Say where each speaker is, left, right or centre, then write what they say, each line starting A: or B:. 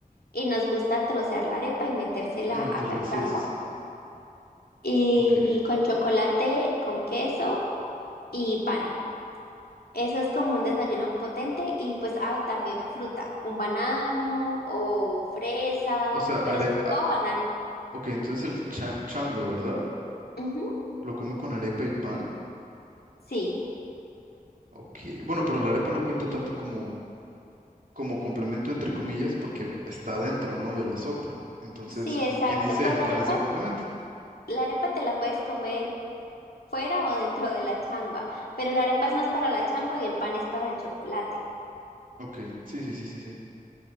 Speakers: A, on the left; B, on the right.
A: Y nos gusta trocear la arepa y metérsela
B: Y meterle,
A: a la
B: sí,
A: changua.
B: sí, sí.
A: y
B: Ok.
A: y con chocolate, con queso y pan. Eso es como un desayuno potente y pues ah, también fruta, un banano o fresa,
B: O sea, arepa.
A: pero sobre todo banano.
B: Ok, entonces el chan, changua, ¿verdad?
A: Ujú,
B: Lo come con arepa y pan.
A: Sí,
B: Ok. Bueno, pero la arepa no cuenta tanto como, como complemento, entre comillas, porque está dentro, ¿no? De la sopa. Entonces,
A: sí,
B: como
A: exacto.
B: quien dice,
A: Pues
B: el
A: la
B: pan
A: arepa,
B: es el complemento.
A: la arepa te la puedes comer fuera o dentro de la changua, pero la arepa es más para la changua y el pan es para el chocolate.
B: Ok, sí, sí, sí, sí, sí.